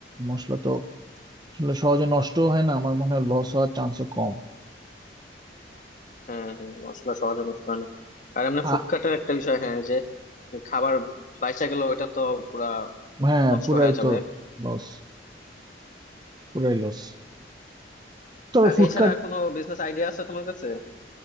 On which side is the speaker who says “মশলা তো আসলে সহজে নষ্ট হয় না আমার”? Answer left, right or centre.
Right